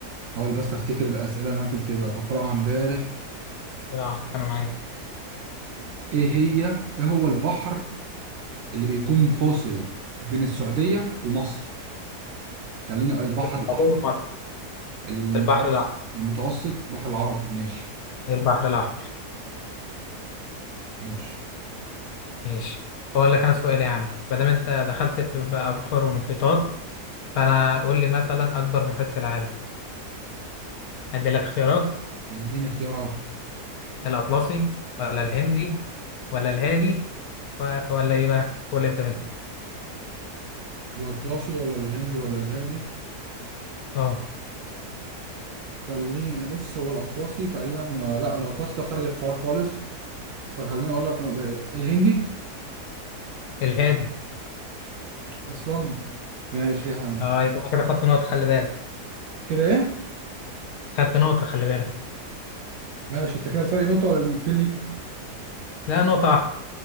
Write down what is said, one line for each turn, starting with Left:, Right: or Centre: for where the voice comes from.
Right: هحاول بس أفتكر الأسئلة اللي أنا كنت بقرأها إمبارح
Left: لا واحد، انا معاك
Right: إيه هي إيه هو البحر اللي بيكون فاصل بين السعودية ومصر؟ خلينا البحر
Left: بس
Right: الأحمر
Left: الموضوع مهم.
Right: المتوسط
Left: البحر الاحمر
Right: المتوسط بحر العرب ماشي
Left: البحر الاحمر
Right: ماشي
Left: ماشي اقول لك انا سؤال يا عم ما دام انت دخلت في بقى بحور ومحيطات فانا قول لي مثلا اكبر محيط في العالم هدي لك خيارات
Right: اديني اختيارات
Left: الاطلسي ولا الهندي ولا الهادي و- ولا ايه بقى قول انت منها
Right: الأطلسي ولا الهندي ولا الهادي
Left: اه
Right: خليني بص هو الأطلسي تقريبا لا الأطلسي ده خارج الحوار خالص فخليني أقول لك الهندي
Left: الهادي
Right: أصلا ماشي يا عم
Left: اه يبقى أنا كده خدت نقطة خلي بالك
Right: كده إيه؟
Left: خدت نقطة خلي بالك
Right: ماشي أنت كده الفرق نقطة ولا نقطتين ليك؟
Left: لا نقطة واحدة